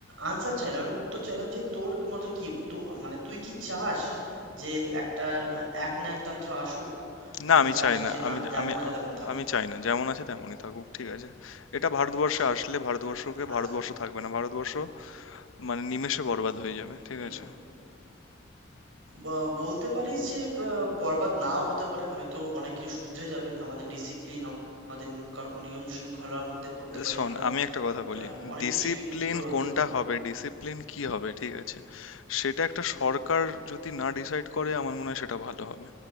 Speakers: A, on the right; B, on the left.
A: আনসার চাইলাম, একটা উত্তর চাইলাম যে তোর মতে কি তু মানে তুই কি চাস যে একটা আ একনায়কতন্ত্র আসুক? নাকি
B: না আমি
A: চাস
B: চাই না
A: যে না
B: আমি
A: যেমন
B: আমি
A: আছে তেমন থাক?
B: আমি চাই না যেমন আছে তেমনই থাকুক ঠিক আছে এটা ভারতবর্ষে
A: আচ্ছা,
B: আসলে ভারতবর্ষকে
A: আচ্ছা।
B: ভারতবর্ষ থাকবে না ভারতবর্ষ মানে নিমেষে বরবাদ হয়ে যাবে ঠিক
A: হুম।
B: আছে
A: ব বলতে পারিস যে আ বরবাদ নাও হতে পারে হয়তো অনেক কিছু শুধরে যাবে। আমাদের ডিসিপ্লিন আমাদের নিয়ম শৃঙ্খলার মধ্যে পড়তে পারি
B: শোন
A: আমরা।
B: আমি একটা
A: আ
B: কথা বলি
A: অনেক
B: ডিসিপ্লিন
A: কিছুই পরিবর্তন
B: কোনটা
A: হয়।
B: হবে ডিসিপ্লিন কি হবে ঠিক আছে সেটা একটা সরকার যদি না ডিসাইড করে আমার মনে হয় সেটা ভালো হবে